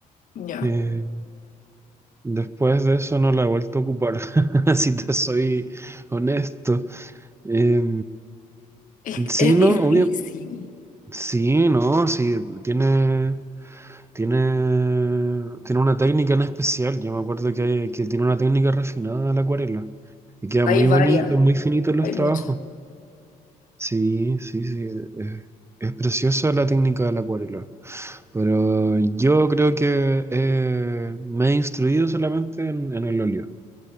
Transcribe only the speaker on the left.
Ya.
Es,
es
difícil.
Hay
varias,
hay
muchas.